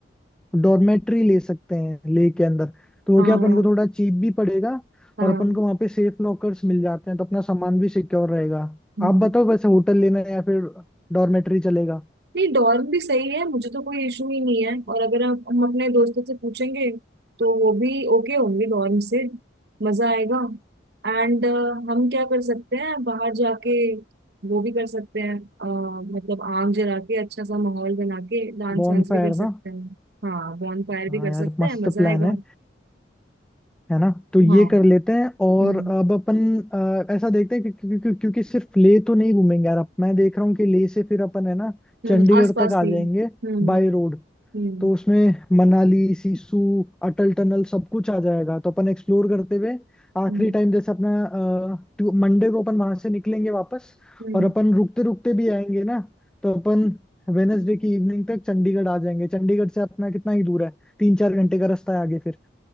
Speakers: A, in the centre; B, on the right.
A: डॉर्मेट्री ले सकते हैं ले के अंदर तो वो
B: हाँ
A: क्या अपन
B: हाँ
A: को थोड़ा चीप भी पड़ेगा
B: हाँ
A: और अपन को वहाँ पे सेफ लॉकर्स मिल जाते हैं तो अपना सामान भी सिक्योर रहेगा
B: हम्म।
A: आप बताओ वैसे होटल लेना है या फिर डॉर्मेट्री चलेगा
B: नहीं डॉर्म भी सही है मुझे तो कोई इशू ही नहीं है और अगर हम हम अपने दोस्तों से पूछेंगे तो वो भी ओके होंगे डॉर्म से मजा आएगा एंड हम क्या कर सकते हैं बाहर जाके वो भी कर सकते हैं अ, मतलब आग जला के अच्छा सा माहौल बना के डांस
A: बॉन
B: वांस
A: फायर
B: भी कर
A: ना
B: सकते हैं हाँ बॉन फायर भी
A: हाँ
B: कर
A: यार
B: सकते
A: मस्त
B: हैं मजा
A: प्लान
B: आएगा
A: है है ना तो ये
B: हाँ
A: कर लेते हैं और
B: हम्म
A: अब अपन अ, ऐसा देखते हैं कि, क्योंकि क्योंकि क्योंकि सिर्फ लेह तो नहीं घूमेंगे यार अब मैं देख रहा हूँ कि लेह से फिर अपन है ना
B: हम्म
A: चंडीगढ़
B: आस पास
A: तक आ
B: भी
A: जाएंगे
B: हम्म
A: बाय रोड
B: हम्म
A: तो उसमें मनाली सिसु अटल टनल सब कुछ आ जाएगा तो अपन एक्सप्लोर करते हुए आखिरी
B: हम्म
A: टाइम जैसे अपना अ, टू- मंडे को अपन वहां से निकलेंगे वापस
B: हम्म
A: और अपन रुकते रुकते भी आएंगे ना तो अपन वेनसडे की इवनिंग तक चंडीगढ़ आ जाएंगे चंडीगढ़ से अपना कितना ही दूर है तीन चार घंटे का रास्ता है आगे फिर